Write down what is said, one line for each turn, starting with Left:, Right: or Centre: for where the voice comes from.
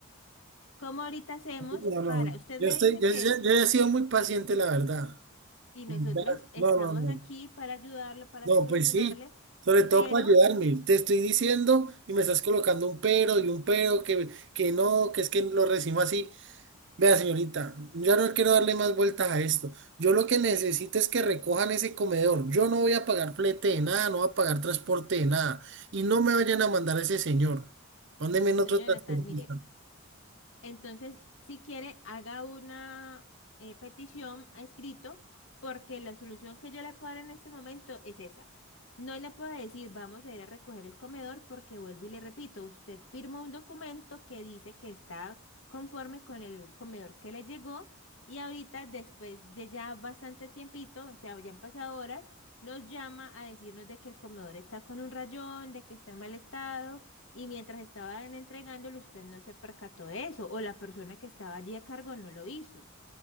Left: ¿Cómo ahorita hacemos
Right: no, no.
Left: para, usted
Right: Yo
Left: me
Right: estoy,
Left: dice
Right: yo,
Left: que,
Right: yo- yo he sido muy paciente, la verdad.
Left: y nosotros
Right: No,
Left: estamos
Right: no, no. no.
Left: aquí para ayudarlo, para
Right: No,
Left: solucionarle,
Right: pues sí, sobre todo
Left: pero,
Right: para ayudarme. Te estoy diciendo y me estás colocando un pero y un pero que, que no, que es que lo recibo así. Vea, señorita, ya no quiero darle más vueltas a esto. Yo lo que necesito es que recojan ese comedor. Yo no voy a pagar flete de nada, no voy a pagar transporte de nada. Y no me vayan a mandar a ese señor. Mándenme en otro
Left: don Jonathan,
Right: transporte.
Left: mire. Entonces, si quiere, haga una eh, petición a escrito porque la solución que yo le puedo dar en este momento es esa. No le puedo decir, vamos a ir a recoger el comedor porque vuelvo y le repito, usted firma un documento que dice que está conforme con el comedor que le llegó y ahorita, después de ya bastante tiempito, o sea, ya han pasado horas, nos llama a decirnos de que el comedor está con un rayón, de que está en mal estado. Y mientras estaban entregándolo, usted no se percató de eso, o la persona que estaba allí a cargo no lo hizo.